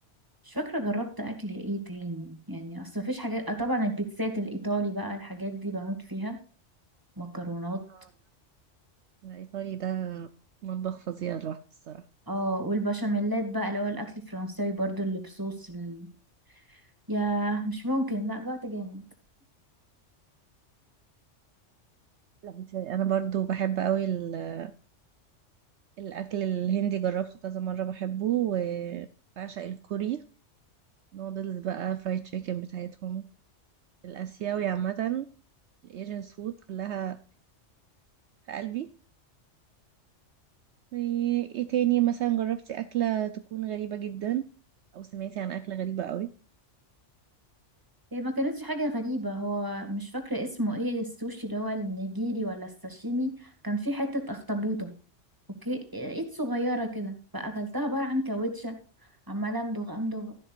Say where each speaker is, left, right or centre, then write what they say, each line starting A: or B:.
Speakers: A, on the right (about 15°); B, on the right (about 70°).
A: مش فاكرة جربت أكل إيه تاني يعني أصل مفيش حاجات آه، طبعا البيتزات الإيطالي بقى الحاجات دي بموت فيها مكرونات
B: آه، الايطالي ده مطبخ فظيع لوحده الصراحة
A: اه والبشاميلات بقى اللي هو الأكل الفرنساوي برضو اللي بصوص ال... ياه مش ممكن لأ جوعت جامد
B: لا انت انا برضو بحب قوي ال- الاكل الهندي جربته كذا مرة بحبه وبعشق الكوري نودلز بقى فرايد تشيكن بتاعتهم الاسيوي عامة الايجنس فود كلها في قلبي وايه تاني مثلا جربتي اكلة تكون غريبة جدا او سمعتي عن اكلة غريبة قوي
A: هي ما كانتش حاجة غريبة هو مش فاكرة اسمه ايه السوشي اللي هو النيجيري ولا الساشيمي كان فيه حتة أخطبوطة اوكي ايد صغيرة كده فاكلتها عبارة عن كاوتشة عمالة امضغ امضغ